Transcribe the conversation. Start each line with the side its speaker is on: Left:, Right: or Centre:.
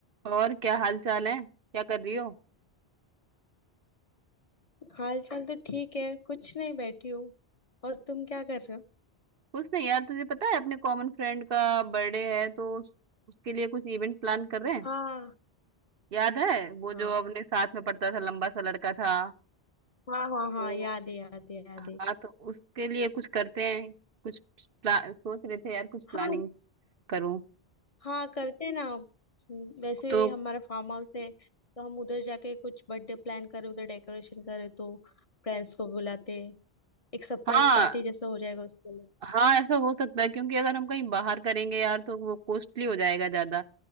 Right: और क्या हाल चाल है क्या कर रही हो
Left: हाल चाल तो ठीक है कुछ नहीं बैठी हूँ और तुम क्या कर रहे हो
Right: कुछ नहीं यार तुझे पता है अपने कॉमन फ्रेंड का बर्थडे है तो उस, उसके लिए कुछ इवेंट प्लान कर रहे हैं
Left: हाँ
Right: याद है वो
Left: हाँ
Right: जो अपने साथ में पढ़ता था लंबा सा लड़का था
Left: हाँ हाँ हाँ
Right: तो
Left: याद है याद है याद
Right: हाँ
Left: है
Right: तो उसके लिए कुछ करते हैं कुछ प्ला- सोच रहे थे यार कुछ प्लानिंग
Left: हाँ
Right: करूं
Left: हाँ करते हैं ना हम्म, वैसे
Right: तो
Left: भी हमारा फार्म हाउस है तो हम उधर जाके कुछ बर्थडे प्लान करें उधर डेकोरेशन करें तो फ्रेंड्स को बुलाते हैं एक सरप्राइज
Right: हाँ
Left: पार्टी जैसा हो जाएगा उसके लिए
Right: हाँ ऐसा हो सकता है क्योंकि अगर हम कहीं बाहर करेंगे यार तो वो कॉस्टली हो जाएगा ज्यादा